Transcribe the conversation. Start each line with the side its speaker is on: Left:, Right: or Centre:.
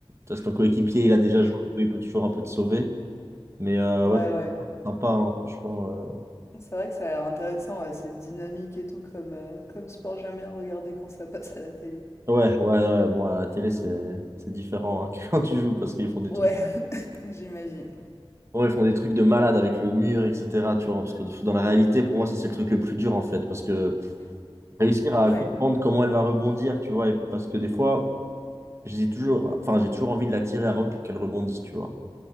Right: ça, c'est ton coéquipier, il a déjà
Left: Mm.
Right: joué, un peu, il peut toujours un peu te sauver. Mais euh,
Left: Ouais,
Right: ouais,
Left: ouais.
Right: c'est sympa, hein, franchement. euh.
Left: C'est vrai que ça a l'air intéressant, ouais, c'est dynamique et tout comme, euh, comme sport, j'aime bien regarder quand ça passe à la télé.
Right: Ouais, ouais, ouais, bon, à la télé, c'est c'est différent hein, <laughs> que quand tu joues parce qu'ils font des
Left: Ouais,
Right: trucs.
Left: <laughs> j'imagine.
Right: Ouais, ils font des trucs de malade avec le mur, etc. Tu vois, parce que dans la réalité, pour moi, ça, c'est le truc le plus dur, en fait. Parce que réussir à
Left: Ouais.
Right: comprendre comment elle va rebondir, tu vois, et parce que des fois, j'ai toujours, enfin, j'ai toujours envie de la tirer avant qu'elle rebondisse, tu vois.